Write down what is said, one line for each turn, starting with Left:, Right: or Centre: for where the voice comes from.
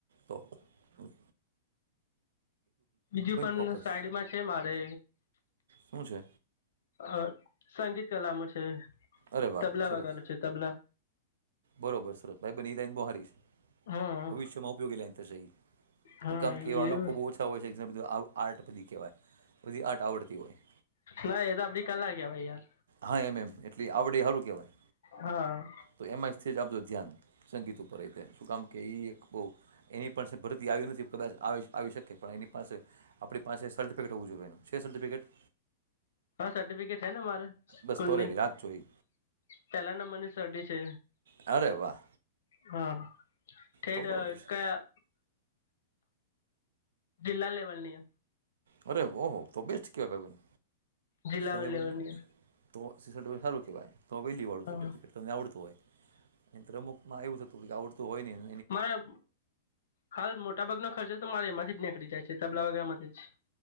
Right: તો. હમ.
Left: બીજું પણ
Right: ફોકસ
Left: સાઈડમાં છે મારે‌.
Right: શું છે
Left: અ સંગીત કલામાં છે,
Right: અરે વાહ
Left: તબલા
Right: સરસ
Left: વગારુ છે. તબલા.
Right: બરોબર, સરસ ભાઈ બને, ઈ લાઈન બો હારી,
Left: હા
Right: ભવિષ્યમાં ઉપયોગી લાઈન થશે ઈ.
Left: હા
Right: હું કામ કેવા
Left: એ
Right: લોકો બો ઓછા હોય છે, જેમ ને આવું આર્ટ બધી કેવાય, બધી આર્ટ આવડતી હોય.
Left: ના એ તો આપડી કલા કેવાય યાર
Right: હા, એમ એમ એટલી આવડે હારું કેવાય.
Left: હા.
Right: તો એમાં જ આપળુ ધ્યાન સંગીત ઉપર એ રીતે શું કામ કે, ઈ એક બો એની પણ સે ભરતી આવી નથી, કદાજ આવે, આવી શકે, પણ એની પાસે આપળી પાસે સર્ટિફિકેટ હોવું જોઈએ એનું છે, સર્ટિફિકેટ?
Left: હા સ, ર્ટિફિકેટ હે ના, મારે સ્કૂલની.
Right: બસ તો રેડી રાખજો એ
Left: પેલા નંબરની સર્ટિ છે.
Right: અરે વાહ.
Left: હા, થેડ
Right: તો બરોબર છે
Left: કયા? જિલ્લા લેવલ ની.
Right: અરે ઓહો તો બેસ્ટ કેવાય, ભાઈ,
Left: જિલ્લા
Right: કયા લેવલ?
Left: લેવલની
Right: તો સિ સર્ટિફિકેટ હારું કેવાય, તો વેલ્લુ વાળું
Left: હા
Right: સર્ટિફિકટ. તને આવડતું હોય, નીત્ર અમુકમાં એવું થતું કે, આવડતું હોય ની.
Left: મારા હાલ મોટા ભાગનો ખર્ચો તો, મારે એમાંથી જ નીકળી જાય છે, તબલા વગારવા માંથી જ.